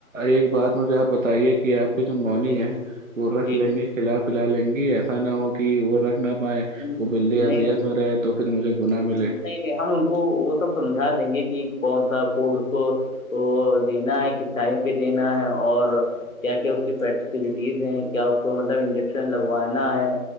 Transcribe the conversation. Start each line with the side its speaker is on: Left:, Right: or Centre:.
Right: ایک بات مجھے آپ بتائیے کہ آپ کی جو موونگ
Left: جی جی
Right: ہے وہ رکھ
Left: جی
Right: لیں
Left: جی
Right: گے کھلا پلا لیں گے ایسا نہ ہو کہ وہ رکھ نہ پائائے
Left: نہیں
Right: وہ بلی ازیت
Left: نہیں
Right: میں رہے تو پھر مجھے گنااہ ملے
Left: نہیں ہم ان کو وہ سب سمجھا دیں گے کہ کون سا فوڈ اس کو وہ دینا ہے کس ٹائم پہ دینا ہے اور کیا کیا اس کی فیسلٹیز ہیں کیا اس کو مطلب انجیکشن لگوانا ہے